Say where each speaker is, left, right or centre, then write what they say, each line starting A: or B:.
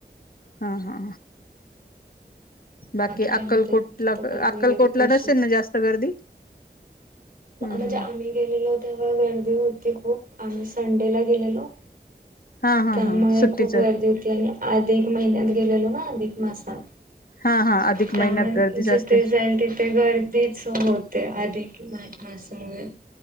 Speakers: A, on the left (about 55°); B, on the right (about 55°).
A: हा हा बाकी
B: काय
A: अक्कलकोटला
B: म्हणताय तुमची तब्येत वगैरे
A: अक्कलकोटला
B: कशी?
A: नसेल ना जास्त गर्दी
B: म्हणजे
A: हम्म हम्म
B: आम्ही गेलेलो तेव्हा गर्दी होती खूप आम्ही संडेला गेलेलो
A: हा हा
B: त्यामुळे
A: हा सुट्टीच
B: खूप गर्दी होती आणि आ धिक महिन्यात गेलेलो ना अधिक मासात
A: हा हा अधिक
B: त्यामुळे
A: महिन्यात गर्दीच
B: जिथे
A: असते
B: जाईल तिथे गर्दीच होते आधी क मासामुळे